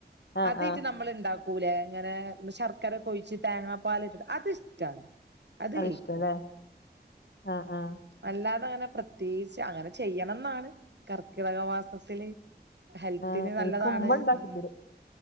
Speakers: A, on the left; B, on the right.
A: ആ
B: അതേറ്റ്
A: ആ
B: നമ്മൾ ഇണ്ടാക്കൂലേ ഇങ്ങനെ ശർക്കരൊക്കെ ഒഴിച്ച് തേങ്ങാപ്പാല് ഇട്ടിട്ട് അത് ഇഷ്ട അത്
A: അതിഷ്ടാല്ലേ
B: കയ്ക്കും
A: ആ ആ
B: അല്ലാതെ അങ്ങനെ പ്രത്യേകിച്ച് അങ്ങനെ ചെയ്യണംന്നാണ് കർക്കിടകമാസത്തില് ഹെൽത്തിന്
A: ആ
B: നല്ലതാണ്
A: എനിക്ക് ഉമ്മ ഉണ്ടാക്കി
B: ഉം
A: തരും